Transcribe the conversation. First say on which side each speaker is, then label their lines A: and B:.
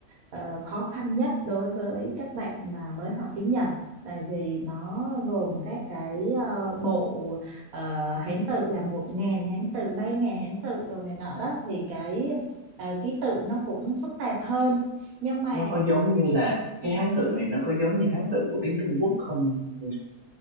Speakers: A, on the right; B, on the right.
A: ờ, khó khăn nhất đối với các bạn mà mới học tiếng Nhật tại vì nó gồm các cái ờ, bộ ờ, Hán tự là một ngàn Hán tự ba ngàn Hán tự đồ này nọ đó thì cái ờ, ký tự nó cũng phức tạp hơn nhưng mà
B: nó có giống như là cái
A: ừ.
B: Hán tự này nó có giống như Hán tự của tiếng Trung Quốc không ừ